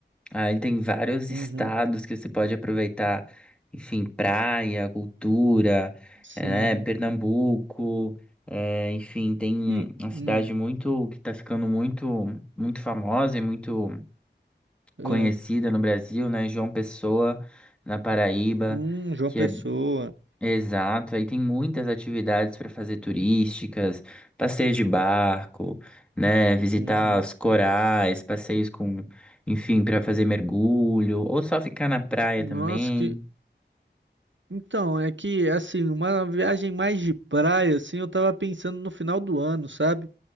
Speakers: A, in the centre; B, on the right.
A: Aí tem vários
B: Uhum.
A: estados que você pode aproveitar, enfim, praia, cultura,
B: Sim.
A: é, né? Pernambuco, é, enfim, tem
B: E
A: uma
B: hum,
A: cidade muito que está ficando muito, muito famosa e muito
B: é,
A: conhecida no Brasil, né? João Pessoa, na Paraíba,
B: hum, João
A: que
B: Pessoa.
A: é exato. Aí tem muitas atividades para fazer turísticas, passeios de barco, né? Visitar
B: Uhum.
A: os corais, passeios com, enfim, para fazer mergulho, ou só ficar na praia
B: Nossa,
A: também.
B: que então, é que assim, uma viagem mais de praia assim, eu tava pensando no final do ano, sabe?